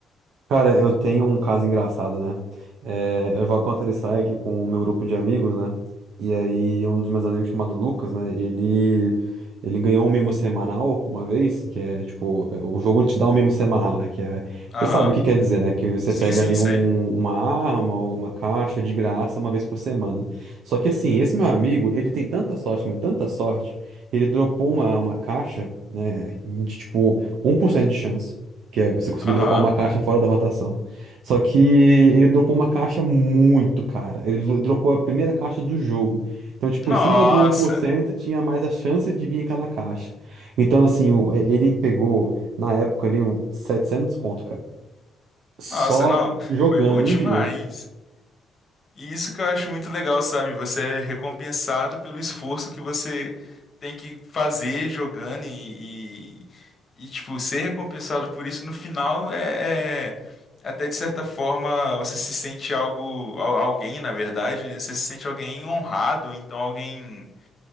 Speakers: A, on the right (about 75°); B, on the left (about 35°).
A: Cara, eu tenho um caso engraçado, né? É, eu jogo Counter-Strike com o meu grupo de amigos, né? E aí, um dos meus amigos chamado Lucas, né? Ele, ele ganhou um mimo semanal uma vez, que é tipo, é, o jogo te dá um mimo semanal, né? Que é,
B: Aham.
A: você sabe o que quer dizer, né? Que você
B: Sim,
A: pega
B: sim,
A: ali
B: sei.
A: um- uma arma ou uma caixa de graça uma vez por semana. Só que assim, esse meu amigo, ele tem tanta sorte, mas tanta sorte, ele dropou uma, uma caixa, né? De tipo, um por cento de chance que é você conseguir
B: Aham.
A: dropar uma caixa fora da rotação. Só que ele dropou uma caixa muito cara. Ele dro- dropou a primeira caixa do jogo. Então, tipo,
B: Nossa.
A: em cima do um por cento tinha mais a chance de vir aquela caixa. Então, assim, o- e- ele pegou, na época ali, um 700 conto, cara. Só
B: Nossa, não. <laughs>
A: jogando
B: Foi bom demais.
A: em um dia.
B: E isso que eu acho muito legal, sabe? Você é recompensado pelo esforço que você tem que fazer jogando e, e, e, tipo, ser recompensado por isso no final é, é- até de certa forma você se sente algo, al- alguém, na verdade, né? Você se sente alguém honrado, ou então alguém